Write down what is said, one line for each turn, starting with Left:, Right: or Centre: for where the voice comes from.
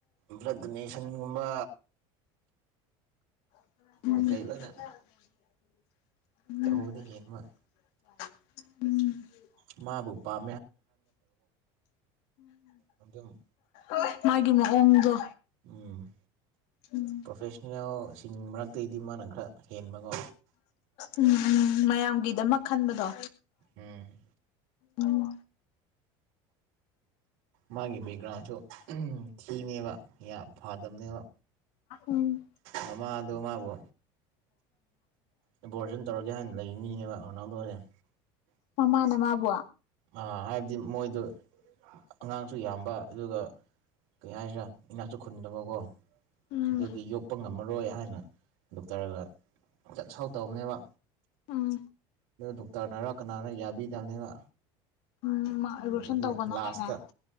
Right: ꯕ꯭ꯂꯠ ꯗꯣꯅꯦꯁꯟꯒꯨꯝꯕ
Left: ꯎꯝ
Right: ꯀꯩꯀꯩ ꯂꯣꯏꯅ
Left: ꯎꯝ
Right: ꯇꯧꯕꯗꯤ ꯍꯦꯟꯕ
Left: ꯎꯝ
Right: ꯃꯕꯨꯄꯥꯥ ꯑꯗꯨꯝ
Left: ꯎꯝ ꯃꯥꯒꯤ ꯃꯑꯣꯡꯗꯣ
Right: ꯎꯝ
Left: ꯎꯝ
Right: ꯄ꯭ꯔꯣꯐꯦꯁꯅꯦꯜ ꯃꯔꯛꯇꯩꯗꯤ ꯃꯥꯅ ꯈꯔ ꯍꯦꯟꯕ ꯀꯣ
Left: ꯎꯝ ꯎꯝ ꯃꯌꯥꯝꯒꯤꯗꯃꯛ ꯈꯟꯕꯗꯣ
Right: ꯎꯝ
Left: ꯎꯝ
Right: ꯃꯥꯒꯤ ꯕꯦꯛꯒ꯭ꯔꯥꯎꯟꯗꯨ ꯊꯤꯕꯅꯦꯕ ꯌꯥ ꯐꯥꯗꯕꯅꯦꯕ
Left: ꯎꯝ
Right: ꯃꯥꯃꯥ ꯗꯣ ꯃꯥꯕꯨ ꯑꯦꯕꯣꯔꯁꯟ ꯇꯧꯔꯒꯦ ꯍꯥꯏꯅ ꯂꯩꯕ ꯃꯤꯅꯦꯕ ꯔꯣꯅꯥꯜꯗꯣꯁꯦ
Left: ꯃꯃꯥꯅ ꯃꯕꯨ
Right: ꯑꯥ ꯍꯥꯏꯕꯗꯤ ꯃꯣꯏꯗꯣ ꯑꯉꯥꯡꯁꯨ ꯌꯥꯝꯕ ꯑꯗꯨꯒ ꯀꯩ ꯍꯥꯏꯁꯤꯔꯥ ꯏꯅꯥꯛꯁꯨ ꯈꯨꯟꯗꯕꯀꯣ
Left: ꯎꯝ
Right: ꯑꯗꯨꯒꯤ ꯌꯣꯛꯄ ꯉꯝꯃꯔꯣꯏ ꯍꯥꯏꯅ ꯗꯣꯛꯇꯔꯒ ꯆꯠ ꯁꯥꯎ ꯇꯧꯕꯅꯦꯕ
Left: ꯎꯝ
Right: ꯗꯣꯛꯇꯔ ꯅꯔꯥ ꯀꯅꯔꯥ ꯌꯥꯕꯤꯗꯕꯅꯤꯕ
Left: ꯎꯝ ꯔꯣꯁꯟ
Right: ꯑꯗꯨꯗꯤ
Left: ꯇꯧꯒꯅꯣ
Right: ꯂꯥꯁꯇ
Left: ꯍꯥꯏꯅ